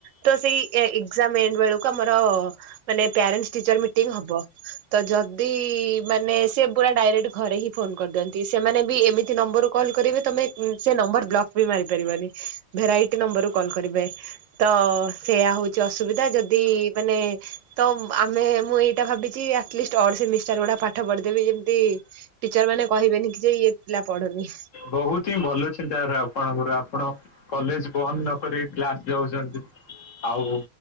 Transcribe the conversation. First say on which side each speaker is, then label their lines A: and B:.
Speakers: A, on the right; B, on the left.
A: ତ ସେଇ ଏକଜାମ ଏଣ୍ଡ ବେଳକୁ ଆମରର ମାନେ ପ୍ୟାରେଣ୍ଟସ ଟିଚର୍ସ ମିଟିଙ୍ଗ ହେବ, ତ ଯଦି ଏମାନେ ସି - ସେ ପୁରା ଡାଇରେକ୍ଟ ଘରେ ହିଁ ଫୋନ କରିଦିଅନ୍ତି, ସେମାନେବି ଏମିତି ନମ୍ବରରୁ କଲ୍ କରିବେ, ତମେ ସେ ନମ୍ବର ବ୍ଲକ୍ ବି ମାରିପାରିବନି, ଭେରାଇଟ ନମ୍ବରରୁ କଲ କରିବେ ତ ସେଇଆ ହଉଛି ଅସୁବିଧା, ଯଦି ଇ ମାନେ ତ ଆମେ ମୁଁ ଏଇଟା ଭାବିଛି ଆଟଲିଷ୍ଟ ଅଡ଼ ସେମିଷ୍ଟାର ଗୁଡ଼ା ପାଠ ପଠି ଯେବେ ବି ଯେମିତି ଟିଚର ମାନେ କହିବେନି କି, ଯେ- ଇଏ ପିଲା ପଢୁନି।
B: ବହୁତ ହିଁ ଭଲ ଚିନ୍ତାଧାରା ଆପଣଙ୍କର, ଆପଣ କଲେଜ ବନ୍ଦ ନକରି କ୍ଲାସ ଯାଉଛନ୍ତି।
A: <inaudible>
B: ଆଉ